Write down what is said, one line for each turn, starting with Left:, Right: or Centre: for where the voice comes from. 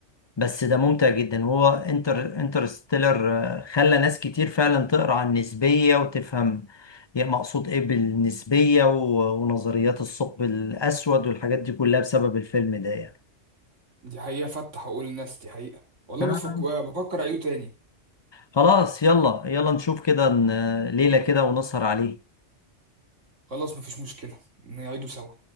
Left: بس ده ممتع جدا وهو انتر انترستيلر آه، خلى ناس كتير فعلا تقرا عن النسبية وتفهم يعني مقصود ايه بالنسبية و- ونظريات الثقب الاسود والحاجات دي كلها بسبب الفيلم ده يعني
Right: دي حقيقة فتح عقول الناس دي حقيقة والله
Left: آه.
Right: بس بفكر أعيده تاني
Left: خلاص يلا يلا نشوف كده ن- ليلة كده ونسهر عليه
Right: خلاص مفيش مشكلة نعيده سوا